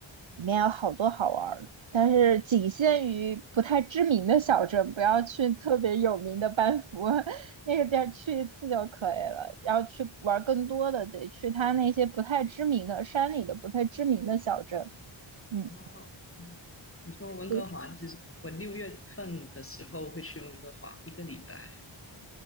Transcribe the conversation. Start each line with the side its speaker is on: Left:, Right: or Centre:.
Right: 里面有好多好玩儿的，但是仅限于不太知名的小镇，不要去特别有名的班夫 <laughs> 那个地儿去一次就可以了。要去玩儿更多的，得去它那些不太知名的山里的不太知名的小镇。嗯。
Left: 哦，你说温哥华，
Right: 对。
Left: 其实我六月份的时候会去温哥华一个礼拜，